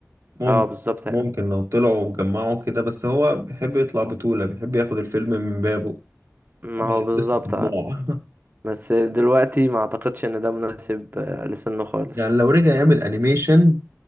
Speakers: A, on the right; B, on the right.
A: ممكن
B: اه بالظبط
A: ممكن لو طلعوا وجمعوا كده بس هو بيحب يطلع بطولة بيحب ياخد الفيلم من بابه
B: ما
A: عمل
B: هو بالظبط
A: قصة طماع
B: بس دلوقتي ما اعتقدش ان ده مناسب آه، لسنه
A: <laughs>
B: خالص
A: يعني لو رجع يعمل انيميشن